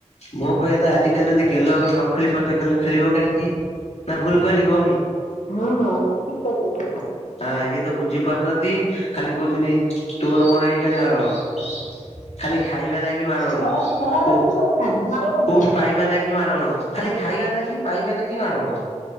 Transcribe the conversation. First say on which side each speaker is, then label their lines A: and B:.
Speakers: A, on the left; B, on the left.
A: ମୋ କହିବା କଥା ଆଜିକାଲି ଯଦି ଗେଲ ନ ଖେଳି ପାରୁଛ ଗେଲ ଖେଳିବ କାହିଁକି? ନା ଭୁଲ କହିଲି କି ଭଉଣୀ
B: ହଁ ହଁ ଠିକ କହିଛନ୍ତି
A: ଆ ଇଏ ତ ବୁଝି ପାରୁନାହାନ୍ତି। ଖାଲି କହୁଛୁନି ତୋର ମୋର ହେଇ ଖାଲି ମାଡ଼ ଗୋଡ଼ ଖାଲି ଖାଇବା ନାଗି ମାଡ଼ ଗୋଳ
B: ଖରା ଖରାବେଳେ
A: କୋ
B: ବି ଶୋଉନାହାନ୍ତି ମାଡ କରୁଛନ୍ତି।
A: କୋଉଠି ପାଇବା ନାକି କି ମାଡ଼ଗୋଳ ଖାଲି ଖାଇବା ନାକି ପାଇବା ନାଁ କି ମାଡଗୋଳ।